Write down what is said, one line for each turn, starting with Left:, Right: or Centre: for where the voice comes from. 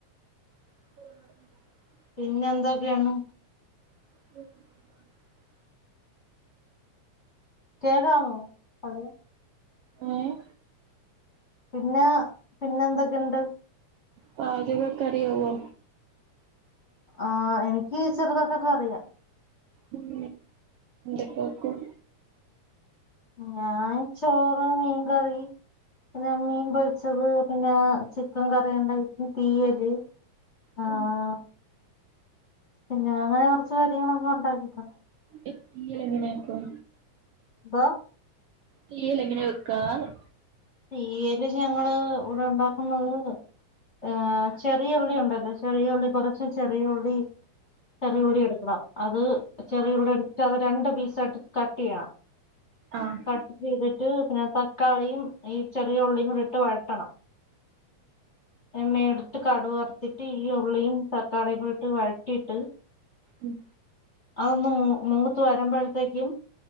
Right: <inaudible>
Left: പിന്നെന്തൊക്കെയാണ്
Right: <unintelligible>
Left: കേക്കാമോ ഹലോ
Right: ഏഹ്
Left: പിന്നെ പിന്നെന്തൊക്കെയുണ്ട്
Right: പാചകൊക്കെ അറിയാവോ
Left: ആഹ് എനിക്ക് ചെറുതൊക്കക്കെ അറിയാം
Right: ഉം എന്തൊക്കെവെയ്ക്കും
Left: ഞാൻ ചോറ് മീൻകറി പിന്നെ മീൻ പൊരിച്ചത് പിന്നെ ചിക്കൻകറി ഉണ്ടായിക്കും തീയല്
Right: പിന്നെ
Left: ആഹ് പിന്നെ അങ്ങനെ കൊറച്ച് കാര്യങ്ങളൊക്കെ ഉണ്ടാക്കിയെക്കാണ്
Right: ഈ തീയല് എങ്ങനെ വെക്കും
Left: ന്തോ
Right: തീയലെങ്ങനെ വെക്ക്വാന്ന്
Left: തീയല് ഞങ്ങള് ഇവിടെ ഒണ്ടാക്കുന്നത് ആ ചെറിയൊള്ളി ഉണ്ടല്ലോ ചെറിയ ഉള്ളി കൊറച്ച് ചെറിയ ഉള്ളി ചെറിയ ഉള്ളി എടുക്കണം അത് ചെറിയുള്ളി എടുത്ത് അത് രണ്ട് പീസായിട്ട് കട്ട് ചെയ്യണം
Right: ആഹ്
Left: കട്ട് ചെയ്തിട്ട് പിന്നെ തക്കാളിയും ഈ ചെറിയഉള്ളിയുംകൂടിട്ട് വഴട്ടണം എണ്ണയെടു ട്ട് കടുവറത്തിട്ട് ഈ ഉള്ളിയും തക്കാളിയുംകൂടിട്ട് വഴട്ടിയിട്ട്
Right: ഉം
Left: അതൊന്ന് മൂ മൂത്തു വരുമ്പോഴത്തേക്കും,